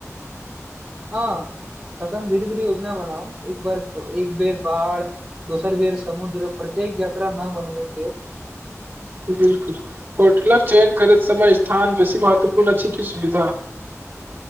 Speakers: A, on the right; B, on the right.
A: हँ तखन धीरे-धीरे योजना बनाउ एक बार एक बेर पहाड़ दोसर बेर समुद्र प्रत्येक यात्रा न बनबू देब।
B: बिलकुल होटलक चयन करैत समय स्थान बेसी महत्वपूर्ण छै कि सुविधा।